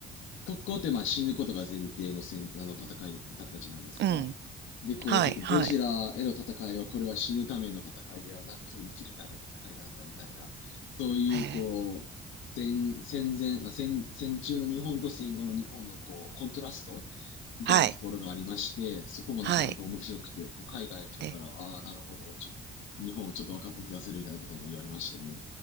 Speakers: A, on the left; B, on the right.
A: 特攻ってまあ死ぬことが前提のせんあの戦いだったじゃないですか。
B: うん。
A: で、こう、
B: はい、
A: ちょっとゴジラへの戦いは、
B: はい。
A: これは死ぬための戦いではなく、生きるための戦いなんだみたいな、そういう、
B: へえ
A: こう、戦、戦前、あ戦、戦中の日本と戦後の日本の、こう、コントラストみたいなところがありまして、
B: はい、
A: そこもなかなか面白くて、
B: はい。
A: こう海外の人から、
B: え、
A: ああ、なるほど、ちょっと、日本ちょっと分かった気がするみたいなことも言われましてね。